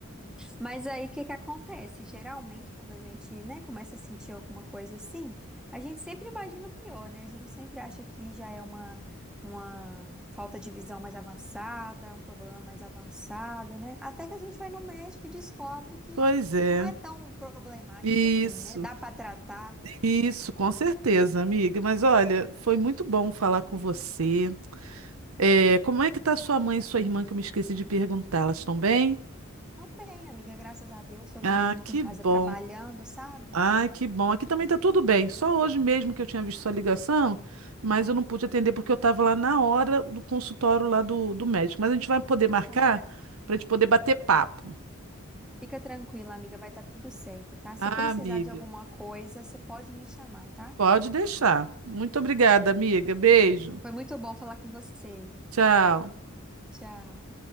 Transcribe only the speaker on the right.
Pois é.
Isso,
isso, com certeza, amiga. Mas olha, foi muito bom falar com você. É, como é que tá sua mãe e sua irmã, que eu me esqueci de perguntar? Elas estão bem?
Ah,
que
bom.
Ai, que bom. Aqui também tá tudo bem. Só hoje mesmo que eu tinha visto sua ligação, mas eu não pude atender porque eu estava lá na hora do consultório lá do, do médico. Mas a gente vai poder marcar
para a gente poder bater papo.
Ah,
amiga,
pode deixar. Muito obrigada, amiga. Beijo.
Tchau.